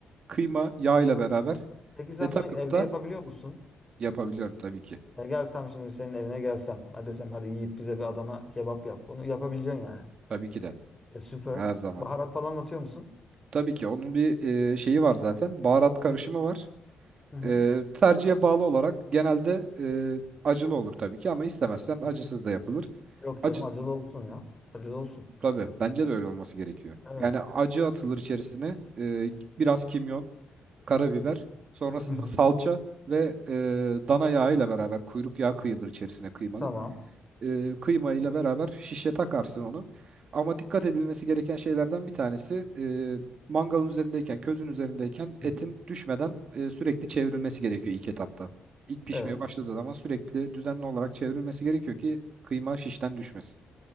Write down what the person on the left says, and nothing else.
Peki sen
bunu evde
yapabiliyor musun?
Ya gelsem şimdi senin evine gelsem. hadi desem hadi Yiğit bize bir Adana kebap yap. Bunu yapabileceksin yani.
E, süper.
Baharat falan atıyor musun?
Hı hı.
Hı hı.
Yok
canım acılı olsun ya. Acılı olsun.
Evet.
Hı hı.
Tamam.
Hı.
Evet.